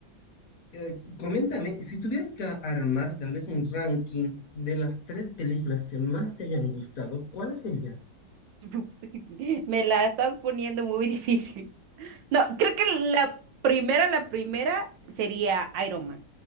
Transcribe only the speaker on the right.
<laughs> Me la estás poniendo muy <laughs> difícil. No, creo que la primera, la primera sería Iron Man,